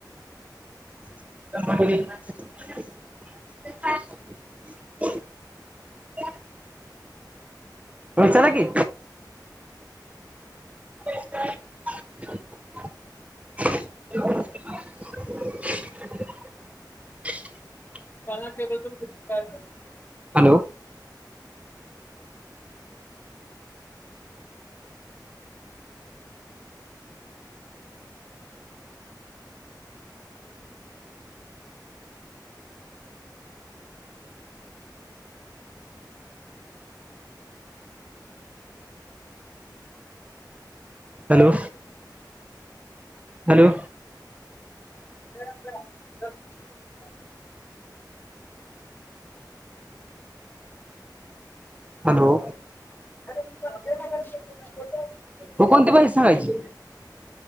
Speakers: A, on the right; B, on the left.
A: <unintelligible> होय चलाकी. <inaudible>
B: पाना table <unintelligible>
A: hello hello hello
B: <unintelligible>
A: hello
B: <unintelligible>
A: हो कोणती भाजी सांगायची?